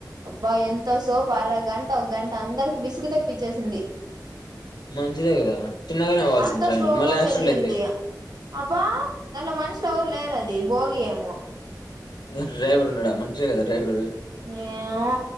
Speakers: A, on the right (about 65°); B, on the left (about 85°).
A: అబ్బా ఎంతసేపు అరగం ఒక గంట అందరికి విసుగు తెప్పించేసింది
B: మంచిదే కదా చిన్నగానే పోవాల్సింది
A: అంత
B: ట్రైన్లు
A: స్లోగ
B: మళ్ళీ యాక్సిడెంట్లు
A: వెళ్ళింది
B: అయితాయి
A: అబా దాంట్లో మనుషుల ఎవరు లేరు అది బోగీ ఏమో
B: ఎ డ్రైవరు ఉన్నడ మనిషే గదా డ్రైవరు
A: ఏమో